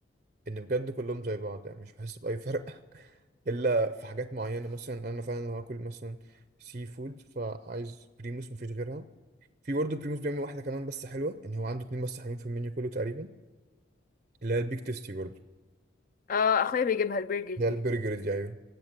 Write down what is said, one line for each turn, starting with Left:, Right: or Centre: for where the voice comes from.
Right: إن بجد كلهم زي بعض يعني مش بحس بأي فرق <laughs> إلا في حاجات معينة مثلا أنا فعلا لو هاكل مثلا سي فود فعايز بريموس مفيش غيرها في برضه بريموس بيعمل واحدة كمان بس حلوة إن هو عنده اتنين بس حلوين في المنيو كله تقريبا اللي هي البيك تيستي برضه
Left: اه اخويا بيجيبها البرجر
Right: اللي
Left: دي
Right: هي البرجر دي أيوه